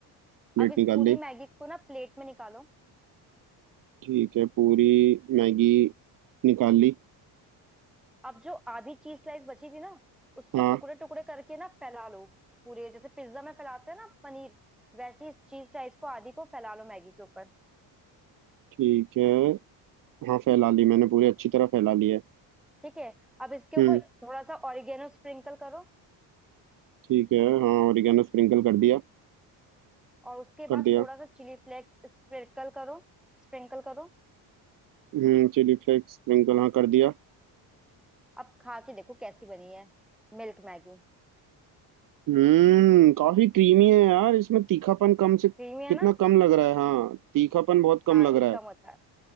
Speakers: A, on the right; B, in the centre.
A: प्लेट
B: अब इस
A: निकाल
B: पूरी
A: ली
B: मैगी को ना प्लेट में निकालो
A: ठीक है पूरी मैगी निकाल ली
B: अब जो आधी चीज स्लाइस बची थी ना उसके
A: हाँ
B: टुकड़े टुकड़े करके ना फैला लो पूरे जैसे पिज्जा में फैलाते हैं ना पनीर वैसे इस चीज स्लाइस को आधी को फैला लो मैगी के ऊपर
A: ठीक है हाँ फैला ली मैंने पूरी अच्छी तरह फैला ली है
B: ठीक है अब इसके ऊपर
A: हम्म
B: थोड़ा सा ऑरिगेनो स्प्रिंकल करो
A: ठीक है हाँ ओरिगेनो स्प्रिंकल कर दिया
B: और उसके बाद
A: कर दिया
B: थोड़ा सा चिली फ्लेक्स स्प्रिंकल करो स्प्रिंकल करो
A: हम्म चिली फ्लेक्स स्प्रिंकल हाँ कर दिया
B: अब खा के देखो कैसी बनी है मिल्क मैगी
A: हम्म काफी क्रीमी है यार इसमें तीखापन कम से कितना
B: क्रीमी है ना
A: कम लग रहा है हाँ तीखापन बहुत कम
B: हाँ
A: लग
B: ये
A: रहा
B: कम
A: है
B: होता है